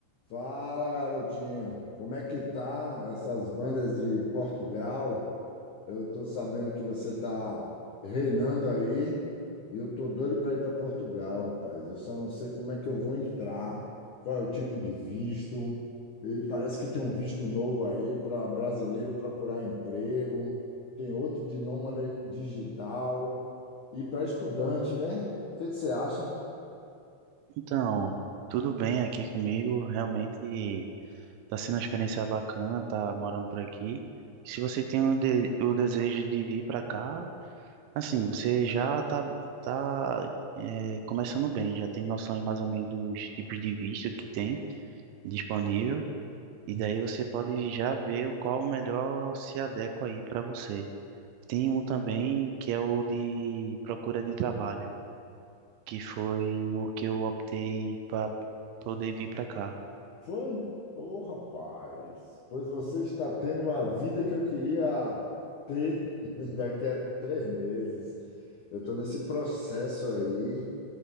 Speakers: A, on the left (about 80°); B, on the right (about 80°).
A: Fala, garotinho. Como é que tá essas bandas de Portugal? Eu tô sabendo que você tá reinando aí e eu tô doido para ir para Portugal, rapaz. Eu só não sei como é que eu vou entrar, qual é o tipo de visto. E parece que tem um visto novo aí para brasileiro procurar emprego, tem outro de nômade digital e para estudante, né? O que que você acha?
B: Então, tudo bem aqui comigo. Realmente está sendo uma experiência bacana, tá morando por aqui. Se você tem o, de- o desejo de vir para cá, assim, você já tá, tá é, começando bem, já tem noção aí mais ou menos dos tipos de visto que tem disponível, e daí você pode já ver qual o melhor se adequa aí para você. Tem um também que é o de procura de trabalho, que foi o que eu optei para poder vir para cá.
A: Foi? Ô, rapaz, pois você está tendo uma vida que eu queria ter <laughs> daqui a três meses. Eu estou nesse processo aí,